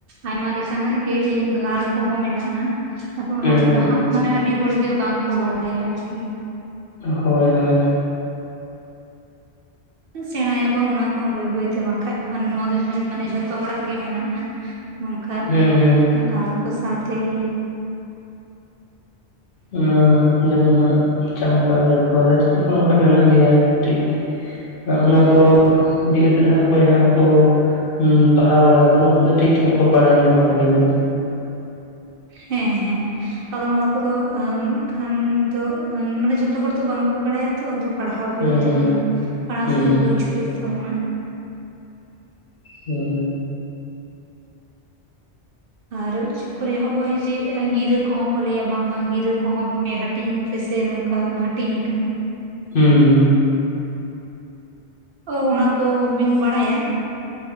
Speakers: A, on the right (about 60°); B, on the left (about 55°).
A: ᱟᱭᱢᱟ ᱞᱮᱠᱟᱱᱟᱜ ᱜᱮ ᱤᱭᱟᱹ ᱜᱟᱲ ᱠᱚᱦᱚᱸ ᱢᱮᱱᱟᱜᱼᱟ᱾ ᱟᱫᱚ ᱚᱱᱟ
B: ᱦᱮᱸ
A: ᱠᱚᱫᱚ
B: ᱦᱮᱸ
A: ᱦᱟᱸᱜ ᱢᱟᱱᱮ ᱟᱹᱰᱤ ᱦᱚᱲ ᱜᱮ ᱵᱟᱝ ᱠᱚ ᱵᱟᱲᱟᱭᱟ ᱟᱨᱠᱤ᱾
B: ᱦᱳᱭ ᱦᱳᱭ
A: ᱥᱮᱲᱟᱭᱟᱵᱚᱱ ᱚᱱᱟ ᱠᱚᱦᱚᱸ ᱵᱟᱹᱭ ᱵᱟᱹᱭᱛᱮ ᱵᱟᱝ ᱠᱷᱟᱱ ᱱᱚᱣᱟ ᱫᱚ ᱢᱟᱱᱮ ᱡᱷᱚᱛᱚ ᱦᱚᱲᱟᱜ ᱜᱮ ᱢᱮᱱᱟᱜ-ᱟ᱾ ᱱᱚᱝᱠᱟ
B: ᱦᱩᱸ ᱦᱩᱸ
A: ᱜᱟᱲ ᱠᱚ ᱥᱟᱶᱛᱮ ᱤᱧ᱾
B: ᱚᱱᱟ ᱡᱮᱢᱚᱱ ᱦᱟᱸᱜ ᱪᱟᱢᱯᱟ ᱜᱟᱲ ᱠᱚ ᱟᱨ ᱪᱤ ᱞᱮᱠᱟ ᱚᱱᱠᱟ ᱢᱮᱱᱟᱜ ᱜᱮᱭᱟ ᱴᱷᱤᱠ ᱚᱱᱟ ᱠᱚ ᱤᱫᱤ ᱠᱟᱛᱮᱫ ᱦᱟᱸᱜ ᱚᱠᱚᱭ ᱦᱟᱸᱜ ᱠᱚ ᱩᱸ ᱯᱟᱲᱦᱟᱣ ᱵᱟᱲᱟᱣ ᱟᱠᱟᱱᱟ ᱩᱱᱠᱩ ᱫᱚ ᱴᱷᱤᱠ ᱜᱮ ᱦᱟᱸᱜ ᱠᱚ ᱵᱟᱲᱟᱭ ᱧᱚᱜ-ᱟ ᱵᱷᱟᱜᱮ ᱧᱚᱜ
A: ᱦᱮᱸ ᱦᱮᱸ ᱟᱫᱚ ᱱᱚᱣᱟ ᱠᱚᱫᱚ ᱦᱟᱢ ᱠᱷᱟᱱ ᱫᱚ ᱢᱟᱱᱮ ᱡᱚᱛᱚ ᱦᱚᱲ ᱫᱚ ᱵᱟᱝᱠᱚ ᱵᱟᱲᱟᱭᱟ ᱛᱚ ᱟᱫᱚ ᱯᱟᱲᱦᱟᱣ ᱦᱩᱭᱩᱜ
B: ᱦᱩᱸ ᱦᱩᱸ
A: ᱛᱟᱵᱚᱱᱟ ᱯᱟᱲᱦᱟᱣ
B: ᱦᱩᱸ
A: ᱥᱟᱶ ᱵᱩᱡᱽ ᱦᱩᱭᱩᱜ ᱛᱟᱵᱚᱱᱟ
B: ᱦᱩᱸ
A: ᱟᱨᱚ ᱪᱮᱫ ᱠᱚᱨᱮ ᱦᱚᱜ-ᱚᱭ ᱡᱮ ᱜᱤᱨᱟᱹ ᱠᱚᱦᱚᱸ ᱠᱚ ᱞᱟᱹᱭᱟ ᱵᱟᱝᱢᱟ ᱜᱤᱨᱟᱹ ᱠᱚᱦᱚᱸ ᱯᱮ ᱦᱟᱹᱴᱤᱧ ᱛᱮᱥᱮ ᱱᱚᱝᱠᱟ ᱦᱟᱹᱴᱤᱧ ᱟᱠᱟᱱᱟ
B: ᱦᱩᱸ ᱦᱩᱸ
A: ᱚᱱᱟ ᱠᱚᱵᱤᱱ ᱵᱟᱲᱟᱭᱟ